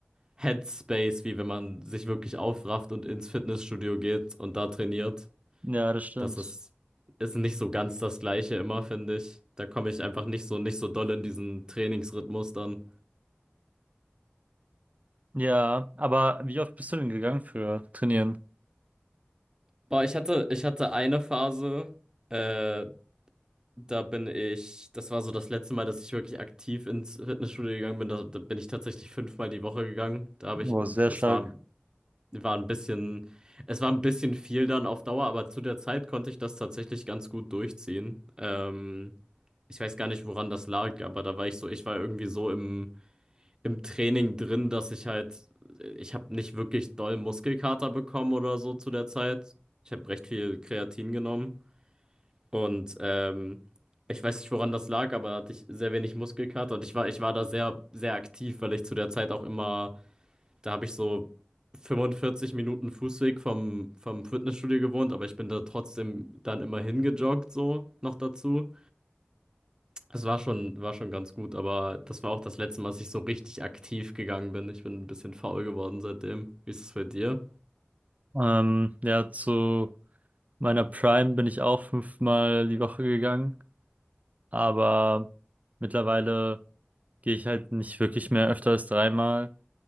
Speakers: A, on the right; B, on the right.
A: Headspace, wie wenn man sich wirklich aufrafft und ins Fitnessstudio geht und da trainiert.
B: ja, das stimmt.
A: Das ist, ist nicht so ganz das Gleiche immer, finde ich. Da komme ich einfach nicht so, nicht so doll in diesen Trainingsrhythmus dann.
B: Ja, aber wie oft bist du denn gegangen für Trainieren?
A: Boah, ich hatte, ich hatte eine Phase, äh, da bin ich, das war so das letzte Mal, dass ich wirklich aktiv ins Fitnessstudio gegangen bin. Da, da bin ich tatsächlich fünfmal die Woche gegangen. Da habe ich,
B: Oh,
A: das
B: sehr stark.
A: war, war ein bisschen, es war ein bisschen viel dann auf Dauer, aber zu der Zeit konnte ich das tatsächlich ganz gut durchziehen. Ähm, ich weiß gar nicht, woran das lag, aber da war ich so, ich war irgendwie so im im Training drin, dass ich halt, ich habe nicht wirklich doll Muskelkater bekommen oder so zu der Zeit. Ich habe recht viel Kreatin genommen und ähm, ich weiß nicht, woran das lag, aber da hatte ich sehr wenig Muskelkater und ich war, ich war da sehr, sehr aktiv, weil ich zu der Zeit auch immer, da habe ich so 45 Minuten Fußweg vom, vom Fitnessstudio gewohnt, aber ich bin da trotzdem dann immer hingejoggt, so noch dazu. Es war schon, war schon ganz gut, aber das war auch das letzte Mal, dass ich so richtig aktiv gegangen bin. Ich bin ein bisschen faul geworden seitdem. Wie ist es bei dir?
B: Ähm, ja, zu meiner Prime bin ich auch fünfmal die Woche gegangen, aber mittlerweile gehe ich halt nicht wirklich mehr öfter als dreimal.